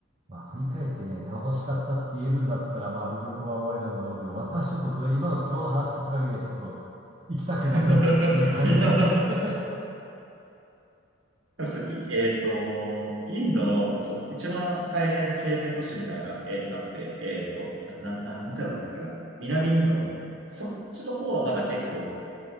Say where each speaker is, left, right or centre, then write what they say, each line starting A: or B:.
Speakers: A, on the right (about 25°); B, on the right (about 60°).
A: まあ、振り返ってね、楽しかったって言えるんだったら、まあ、魅力は終わりなんだろうけど、私ちょっとそれ、今の今日の話聞く限りは、ちょっと行きたくなくなる感じですね。
B: <laughs> いや、<laughs> そう、いえっと、インドの、そう、一番最大の経済都市みたいなのが、えっと、あって、えっと、な、な、な、なんて名前だったっけな。
A: <laughs> はい、
B: 南インドの、そっちの方はまだ結構、